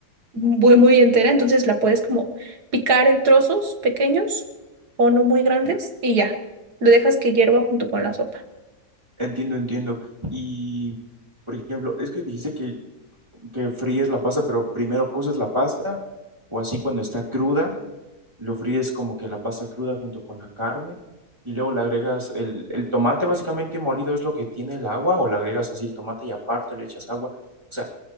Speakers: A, on the right (about 80°); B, on the right (about 15°).
A: muy, muy entera, entonces la puedes como picar en trozos pequeños o no muy grandes y ya. Le dejas que hierva junto con la sopa.
B: Entiendo, entiendo. Y, por ejemplo, es que dijiste que, que fríes la pasta, pero primero coces la pasta o así cuando está cruda Lo fríes como que la pasta cruda junto con la carne y luego le agregas el, el tomate básicamente molido es lo que tiene el agua o le agregas así el tomate y aparte le echas agua. O sea,